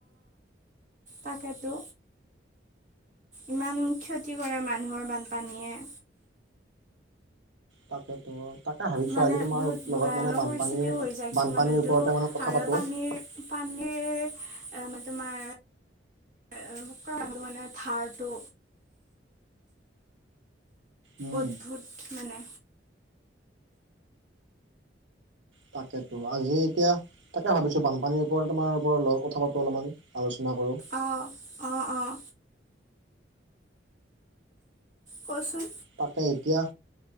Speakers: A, on the right (about 45°); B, on the right (about 85°).
A: তাকেটো। ইমান ক্ষতি কৰে মানুহৰ বানপানীয়ে।
B: তাকেত। তাকে ভাবিছো
A: মানে
B: আজি তোমাৰ
A: বহুত
B: লগত
A: ভয়ানক
B: মানে বানপানীৰ
A: পৰিস্থিতিও হৈ যায় কিছুমান
B: বানপানীৰ
A: হয়তো
B: ওপৰতে মানে
A: হাৰত
B: কথা পাতো।
A: পানীৰ পানীৰ
B: <inaudible>
A: মানে তোমাৰ। মানে থাৰটো।
B: উম।
A: অদ্ভূত মানে।
B: তাকেতো আজি এতিয়া তাকে ভাবিছো বানপানীৰ ওপৰত তোমাৰ ওপত কথা পাতো অলপমান আলোচনা। না কৰোঁ।
A: অঁ অঁ অঁ কচোন।
B: তাকে এতিয়া